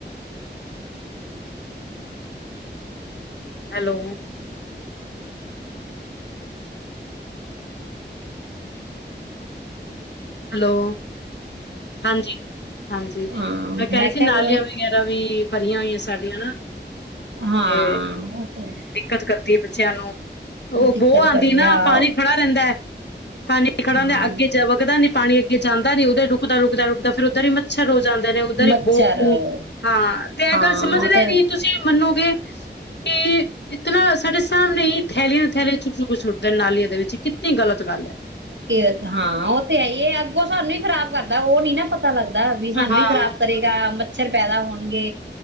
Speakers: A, on the left; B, on the right.
A: ਹੈਲੋ ਹੈਲੋ ਹਾਂਜੀ ਹਾਂਜੀ
B: ਹਾਂ
A: ਮੈਂ ਕਹਿ ਰਹੀ ਸੀ
B: ਕਿਹਾ
A: ਨਾਲੀਆਂ
B: ਵੀ ਉਹੀ
A: ਵਗੈਰਾ ਵੀ ਭਰੀਆਂ ਹੋਈਆਂ ਸਾਡੀਆਂ ਨਾ
B: ਹਾਂ
A: ਤੇ
B: ਉਹ ਤਾਂ ਹੈ।
A: ਦਿੱਕਤ ਕਰਦੀ ਹੈ ਬੱਚਿਆਂ ਨੂੰ ਉਹ
B: ਦਿੱਕਤ
A: ਬੋ ਆਉਂਦੀ
B: ਕਰਦੀ
A: ਨਾ
B: ਹਾਂ
A: ਪਾਣੀ ਖੜਾ ਰਹਿੰਦਾ ਹੈ ਪਾਣੀ ਖੜਾ
B: ਹਾਂ
A: ਹੁੰਦਾ ਅੱਗੇ ਜਾ ਵਗਦਾ ਨਹੀਂ ਪਾਣੀ ਅੱਗੇ ਜਾਂਦਾ ਨੀ ਉਰੇ ਰੁਕ ਦਾ ਰੁਕਦਾ ਰੁਕਦਾ ਫੇਰ ਉੱਧਰ ਹੀ ਮੱਛਰ ਹੋ ਜਾਂਦੇ ਨੇ ਉੱਧਰ ਈ
B: ਮੱਛਰ
A: ਬੋ ਬੂ ਹਾਂ ਤੇ ਇਹ
B: ਹਾਂ
A: ਗੱਲ ਸਮਝਦੇ
B: ਉਹ ਤੇ
A: ਨੀ ਤੁਸੀਂ ਮੰਨੋ ਤੇ ਇਤਨਾ ਸਾਡੇ ਸਿਸਟਮ ਨਹੀਂ ਥੈਲੀਆਂ ਦੀ ਥੈਲੀਆਂ ਚੁੱਕ ਚੁੱਕ ਸੁੱਟਦੇ ਨੇ ਨਾਲੀਆਂ ਦੇ ਵਿੱਚ ਗ਼ਲਤ ਗੱਲ ਹੈ।
B: ਕੇ ਹਾਂ ਉਹ ਤੇ ਹੈ ਈ ਇਹ ਅੱਗੋਂ ਸਾਨੂੰ ਹੀ ਖ਼ਰਾਬ ਕਰਦਾ ਉਹ ਨੀ ਨਾ ਪ ਪਤਾ ਲੱਗਦਾ ਵੀ ਸਾਨੂੰ
A: ਹਾਂ
B: ਹੀ ਖ਼ਰਾਬ ਕਰੇਗਾ ਮੱਛਰ ਪੈਦਾ ਹੋਣਗੇ